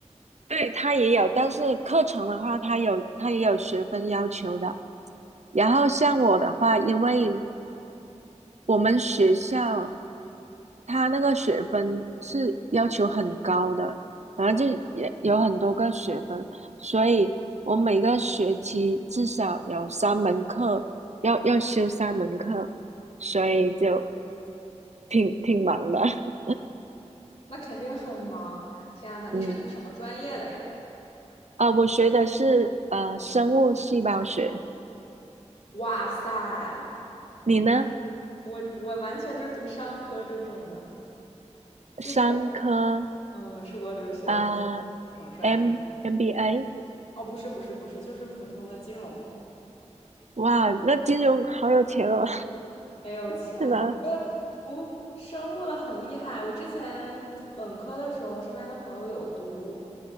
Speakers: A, on the right (about 70°); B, on the left (about 60°).
A: 对，他也有，但是课程的话，他有他也有学分要求的。然后像我的话，因为我们学校它那个学分是要求很高的，然后就也有很多个学分，所以我每个学期至少有三门课要要修三门课，所以就挺挺忙的。<laughs>
B: 那肯定很忙。天呐，你是读什么专业的呀？
A: 嗯，啊，我学的是呃生物细胞学，
B: 哇塞，
A: 你呢？
B: 我我完全就是读商科这种的。最
A: 商科
B: 嗯，出国留学会
A: 啊
B: 这种专业？
A: ，M MBA，
B: 哦，不是不是不是，就是普通的金融，
A: 哇，那金融好有钱哦，
B: 没有钱。
A: <laughs> 是吧？
B: 我觉得读生物的很厉害。我之前本科的时候，身边的朋友有读